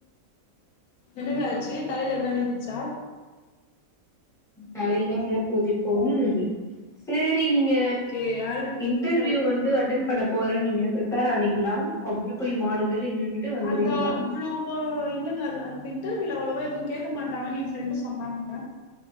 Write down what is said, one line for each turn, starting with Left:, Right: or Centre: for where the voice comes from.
Left: என்னங்க ஆச்சு தலையில எதன விழுந்துச்சா
Centre: தலையில தான் உழபோது இப்போம் சேரி நீங்க
Left: ஓகே ஆல்ரெடி
Centre: இன்டர்வியூ
Left: விழுந்துதா இருக்கு
Centre: வந்து அட்டன் பண்ணப் போற நீங்க பிரிப்பர் ஆனீங்களா அப்டியே போய் மாடு நின்னுட்டு வந்துருவீங்களா
Left: அது அவ்ளேவா இல்லங்க வந்துட்டு இல்ல அவ்ளவா எதுவும் கேட்க மாட்டாங்கன்னு என் ஃப்ரெண்டு் சொன்னாங்க